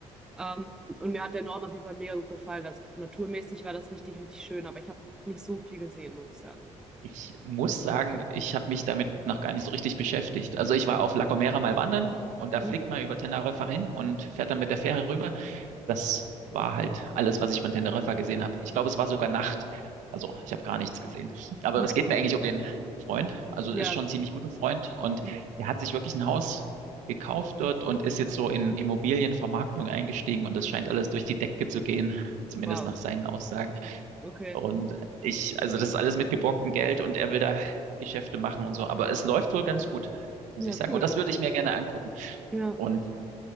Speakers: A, in the centre; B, on the right.
A: Ähm, und mir hat der Norden auf jeden Fall mega gut gefallen. Also naturmäßig war das richtig, richtig schön, aber ich habe nicht so viel gesehen, muss ich sagen.
B: Ich muss sagen, ich habe mich damit noch gar nicht so richtig beschäftigt. Also ich war auf La Gomera mal wandern und
A: <laughs>
B: da fliegt man über Teneriffa hin und fährt dann mit der Fähre rüber. Das war halt alles, was ich von Teneriffa gesehen habe. Ich glaube, es war sogar Nacht. Also ich habe gar nichts gesehen. Aber
A: Mhm.
B: es
A: Okay.
B: geht mir eigentlich um den Freund. Also
A: Ja,
B: ist schon
A: klar.
B: ein ziemlich guter Freund und
A: Ja.
B: der hat sich wirklich ein Haus gekauft dort und ist jetzt so in Immobilienvermarktung eingestiegen und das scheint alles durch die Decke zu gehen, zumindest
A: Wow.
B: nach seinen Aussagen.
A: Okay.
B: Und ich, also das ist alles mit geborgtem Geld und er will da Geschäfte machen und so. Aber es läuft wohl ganz gut, muss
A: Ja,
B: ich sagen.
A: cool.
B: Und das würde ich mir gerne angucken.
A: Ja,
B: Und